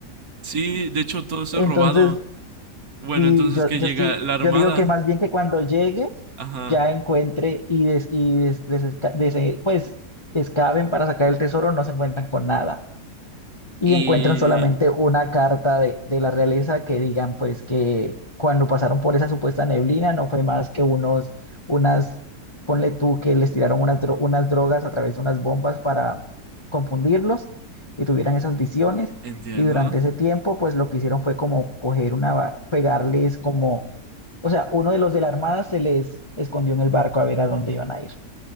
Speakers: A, on the right; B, on the left.
A: Sí, de hecho todo eso
B: Entonces,
A: es robado. Bueno,
B: sí,
A: entonces
B: yo,
A: que
B: yo
A: llega
B: sí,
A: la armada.
B: yo digo que más bien que cuando llegue,
A: Ajá.
B: ya encuentre y, des- y des- desesca- dese- pues excaven para sacar el tesoro, no se encuentran con nada. y
A: Y
B: encuentran solamente una carta de, de la realeza que digan pues que cuando pasaron por esa supuesta neblina no fue más que unos, unas, ponle tú que les tiraron unas, dro- unas drogas a través de unas bombas para confundirlos y tuvieran esas visiones.
A: entiendo.
B: Y durante ese tiempo, pues lo que hicieron fue como coger una, va- pegarles como, o sea, uno de los de la armada se les escondió en el barco a ver a dónde iban a ir.